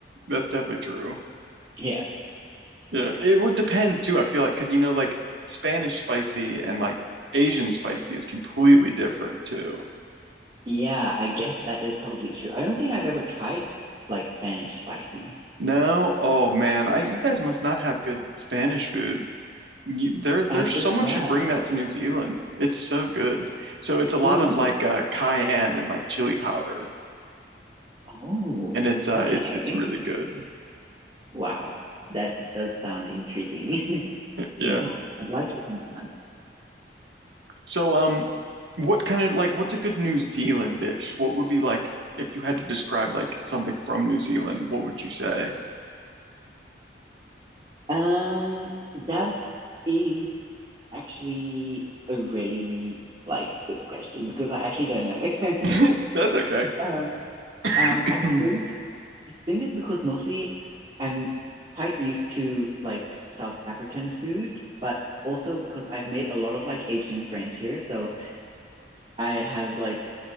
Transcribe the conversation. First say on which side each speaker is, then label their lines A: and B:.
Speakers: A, on the right; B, on the right.
A: that's definitely true.
B: Yeah.
A: Yeah, it would depends too, I feel like, because you know, like Spanish spicy and like Asian spicy is completely different too.
B: Yeah, I guess that is probably true. I don't think I've ever tried like Spanish spicy.
A: No? Oh man, I you guys must not have good Spanish food. You, there, there,
B: I
A: someone
B: did, yeah.
A: should bring that to New Zealand. It's so good. So it's a lot
B: Mm.
A: of like uh, cayenne and like chili powder,
B: Oh,
A: and it's uh,
B: okay.
A: it's it's really good.
B: Wow. That does sound intriguing. <laughs> Mm.
A: Yeah.
B: I'd like to try that one day.
A: So um, what kind of like what's a good New Zealand dish? What would be like if you had to describe like something from New Zealand? What would you say?
B: Um, that is actually a really like good question because I actually don't know. <laughs>
A: <laughs> That's okay.
B: Um, um,
A: <clears throat>
B: I
A: All
B: think I think it's because mostly I'm quite used to like South African food, but also because I've made a lot of like Asian friends here, so I have like